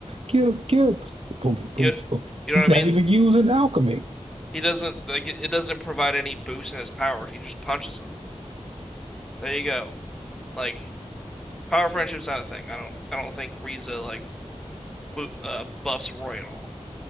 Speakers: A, on the right; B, in the centre.
A: get up, get up. Boom,
B: You,
A: boom, boom.
B: you
A: He's
B: know what I
A: not
B: mean?
A: even using alchemy.
B: He doesn't like it it doesn't provide any boost in his powers. He just punches him. There you go. Like power friendship's not a thing. I don't I don't think Riza like bo uh, buffs Roy at all.